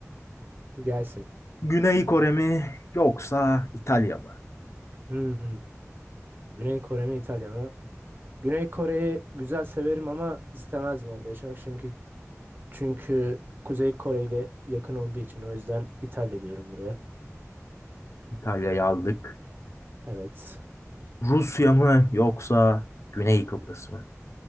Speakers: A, on the right; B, on the left.
A: Gelsin.
B: Güney Kore mi yoksa İtalya mı?
A: Hmm. Güney Kore mi İtalya mı? Güney Kore'yi güzel severim ama istemezdim orada yaşamak çünkü çünkü Kuzey Kore ile yakın olduğu için o yüzden İtalya diyorum buraya.
B: İtalya'yı aldık.
A: Evet.
B: Rusya mı yoksa Güney Kıbrıs mı?